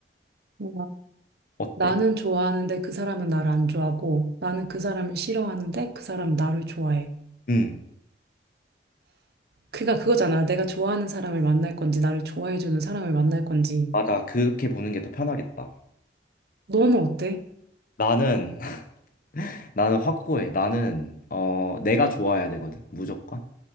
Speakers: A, on the right (about 60°); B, on the left (about 50°).
A: 와.
B: 어때?
A: 나는 좋아하는데 그 사람은 나를 안 좋아하고 나는 그 사람을 싫어하는데 그 사람은 나를 좋아해.
B: 응.
A: 그가 그거잖아. 내가 좋아하는 사람을 만날 건지, 나를 좋아해주는 사람을 만날 건지.
B: 맞아. 그렇게 보는 게 더 편하겠다.
A: 너는 어때?
B: 나는, <laughs> 나는 확고해. 나는, 어, 내가 좋아해야 되거든. 무조건.